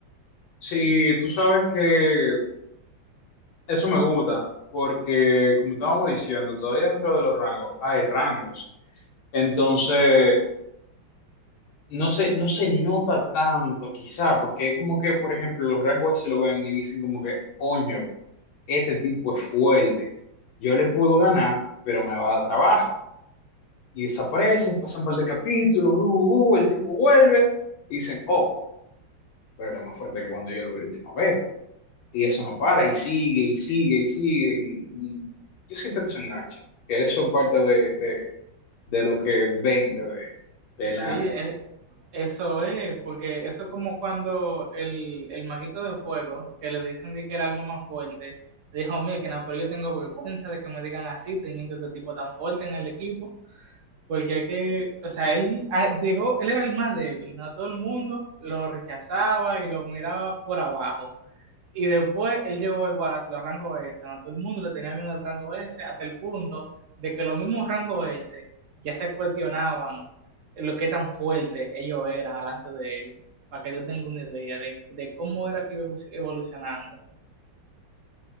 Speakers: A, on the left; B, on the right.
A: Sí, tú sabes que eso me gusta, porque como estábamos diciendo, todavía dentro de los rangos hay rangos. Entonces, No se, no se nota tanto, quizá, porque es como que, por ejemplo, los rangos se lo ven y dicen como que, coño, este tipo es fuerte, yo le puedo ganar, pero me va a dar trabajo. Y desaparecen, pasan un par de capítulos, uh, uh, el tipo vuelve, y dicen, oh, pero él es más fuerte que cuando yo lo vi la última vez. Y eso no para, y sigue, y sigue, y sigue, y, y yo siento que se engancha, que eso es parte de, de, de lo que vende de- del
B: Sí,
A: anime,
B: Eso es, porque eso es como cuando el, el maguito de fuego, que le dicen de que el alma más fuerte, dijo, Milkina, pero yo tengo vergüenza de que me digan así, teniendo este tipo tan fuerte en el equipo, porque es que, o sea, él ah, llegó, él era el más débil, ¿no? Todo el mundo lo rechazaba y lo miraba por abajo. Y después él llegó igual a los rangos S, ¿no? Todo el mundo le tenía miedo al rango S, hasta el punto de que los mismos rangos S ya se cuestionaban lo que tan fuertes ellos eran delante de él, para que tú tengas una idea de, de cómo era que iba evolucionando,